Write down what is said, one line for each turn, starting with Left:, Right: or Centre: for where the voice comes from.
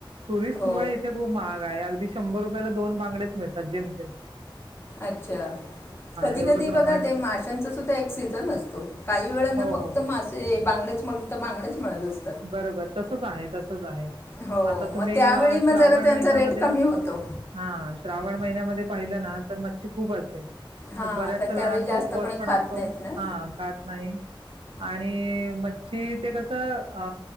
Right: टुरिस्ट
Left: हो
Right: मुळे इथे खूप महाग आहे, अगदी शंभर रुपयाला दोन बांगडेच मिळतात जेमतेम‌
Left: अच्छा! कधी
Right: एवढं
Left: कधी
Right: प्रमाण
Left: बघा ते माशांचा सुद्धा एक सीझन असतो काही वेळांना
Right: हो
Left: फक्त
Right: हो
Left: मासे ते बांगडेच मग तीथे बांगडेच मिळत अस
Right: बरोबर तसच आहे तसच आहे.
Left: हो
Right: आता तुम्ही
Left: मग त्यावेळी मग
Right: श्रावण
Left: जरा त्यांचा
Right: महिन्यामध्ये
Left: रेट कमी होतो
Right: हां श्रावण महिन्यामध्ये पाहिलं ना तर मच्छी खूप असते.
Left: हां
Right: बऱ्याचशा
Left: कारण त्यावेळी
Right: जणांचा
Left: जास्त
Right: उपवास
Left: कोणी
Right: पण
Left: खात
Right: असतो
Left: नाहीत ना
Right: हा खात नाही. आणि मच्छी ते कसं अ